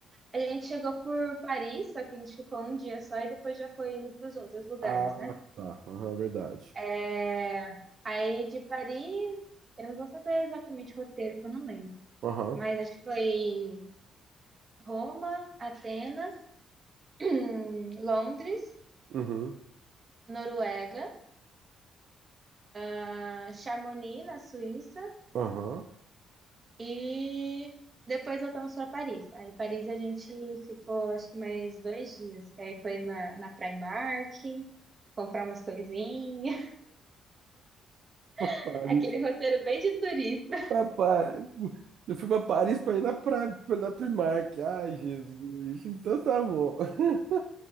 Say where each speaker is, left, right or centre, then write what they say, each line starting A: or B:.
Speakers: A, on the right (about 35°); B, on the right (about 70°).
A: a gente chegou por Paris, só que a gente ficou um dia só e depois já foi indo para os outros lugares,
B: Ah,
A: né?
B: tá. Aham, verdade.
A: É, aí, de Paris, eu não vou saber exatamente o roteiro, que eu não lembro.
B: Aham.
A: Mas acho que foi Roma, Atenas, <clears throat> Londres,
B: Uhum.
A: Noruega, ah, Chamonix, na Suíça,
B: Aham.
A: e depois voltamos para Paris. Aí, Paris, a gente ficou acho que mais dois dias, que aí foi na, na Primark, comprar umas coisinhas,
B: <laughs>
A: <laughs>
B: Pare.
A: aquele roteiro bem de turista.
B: Pra Paris. Eu fui pra Paris pra ir na, pra, na Primark. Ai, Jesus. Então tá bom. <laughs>